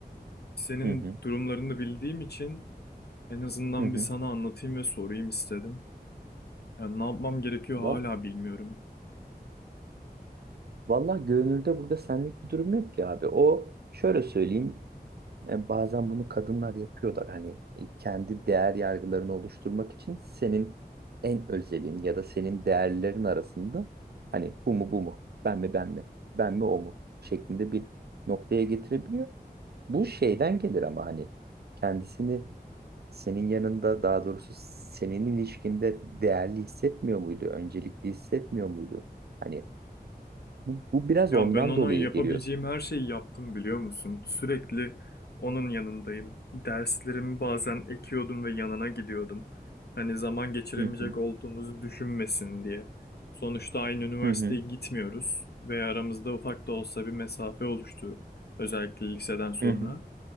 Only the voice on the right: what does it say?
Hı hı,
hı
Vallahi
Vallahi görünürde burada senlik bir durum yok ki abi. O şöyle söyleyeyim. e, Bazen bunu kadınlar yapıyorlar. Hani e, kendi değer yargılarını oluşturmak için senin en özelin ya da senin değerlerin arasında hani bu mu bu mu? Ben mi ben mi? Ben mi o mu? şeklinde bir noktaya getirebiliyor. Bu şeyden gelir ama hani kendisini senin yanında daha doğrusu senin ilişkinde değerli hissetmiyor muydu? Öncelikli hissetmiyor muydu? Hani bu, bu biraz
ondan
dolayı
geliyorsun.
Hı hı.
Hı hı.
Hı hı.